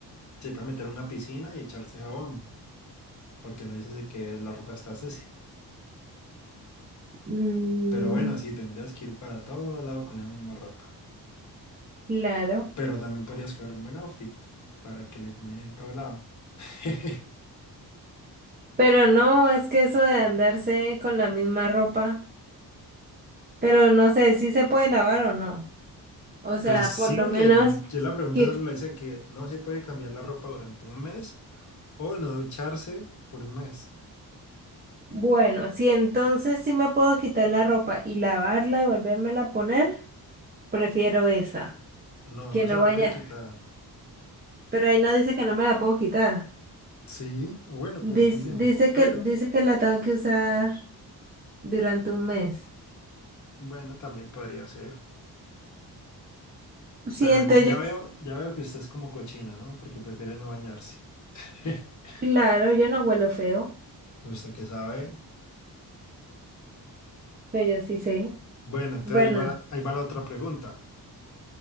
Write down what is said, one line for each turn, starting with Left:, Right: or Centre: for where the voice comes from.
Left: se puede meter en una piscina y echarse jabón, porque no dice que la ropa está sucia.
Right: Mm,
Left: Pero bueno, sí, tendrías que ir para todo lado con la misma ropa.
Right: Claro.
Left: Pero también podrías coger un buen outfit para que le combine en todo lado. <laughs>
Right: Pero no, es que eso de andarse con la misma ropa, pero no sé si se puede lavar o no. O sea,
Left: Pues sí,
Right: por lo
Left: porque
Right: menos,
Left: yo la pregunta
Right: quit-
Left: solo la hice que no se puede cambiar la ropa durante un mes o no ducharse por un mes.
Right: bueno, si entonces sí me puedo quitar la ropa y lavarla y volvérmela a poner, prefiero esa.
Left: No,
Right: que
Left: no
Right: no
Left: se la
Right: vaya.
Left: puede quitar.
Right: Pero ahí no dice que no me la puedo quitar.
Left: Sí, o bueno,
Right: Dice,
Left: pues también.
Right: dice
Left: Pero
Right: que, dice que la tengo que usar durante un mes.
Left: bueno, también podría ser.
Right: Sí,
Left: Pero
Right: entonces
Left: ya
Right: yo,
Left: veo, ya veo que usted es como cochina, ¿no? Porque prefiere no bañarse. <laughs>
Right: no, claro, yo no huelo feo,
Left: Usted que sabe.
Right: pero yo sí sé.
Left: Bueno, entonces
Right: Bueno,
Left: ahí va, ahí va la otra pregunta.